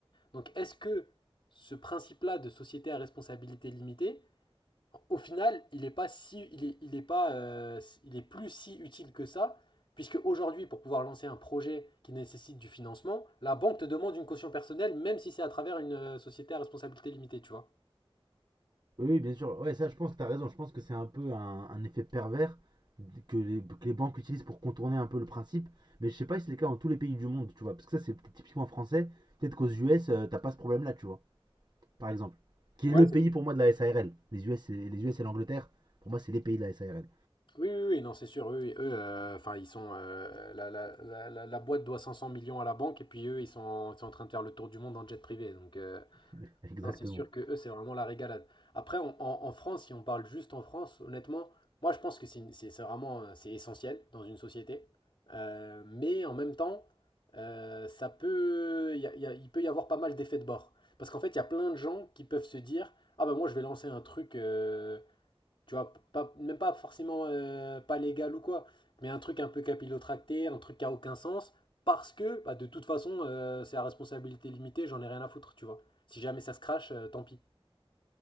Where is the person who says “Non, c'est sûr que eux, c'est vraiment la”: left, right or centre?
Left